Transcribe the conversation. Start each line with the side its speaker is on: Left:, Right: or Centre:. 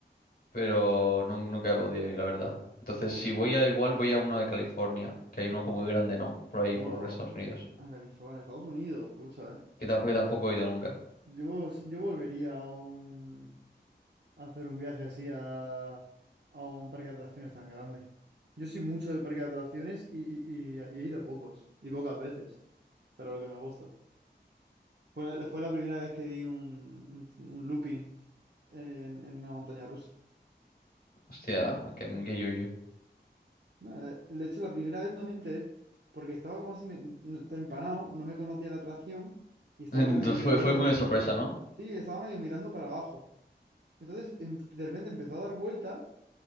Left: pero nun- nunca he podido ir, la verdad. Entonces, si voy a igual, voy a uno de California, que hay uno como muy grande, ¿no? Por ahí,
Right: Hola,
Left: por Estados Unidos.
Right: a California, Estados Unidos, escucha, ¿eh?
Left: Que tampoco, que tampoco he ido nunca.
Right: Yo, si, yo volvería a, un, a hacer un viaje así a, a un parque de atracciones tan grande. Yo soy mucho de parque de atracciones y, y- y- y he ido a pocos, y pocas veces, pero lo que me gusta. Fue, fue la primera vez que di un, un, un looping en, en una montaña rusa.
Left: Hostia, que, que yuyu.
Right: No, eh, de hecho, la primera vez no me enteré, porque estaba como así, me- no- estaba empanado, no me conocía la atracción, y
Left: <laughs>
Right: estaba
Left: Entonces
Right: como medio mirando
Left: fue, fue muy de sorpresa, ¿no?
Right: Sí, estaba medio mirando para abajo. Entonces, em- de repente empezó a dar vueltas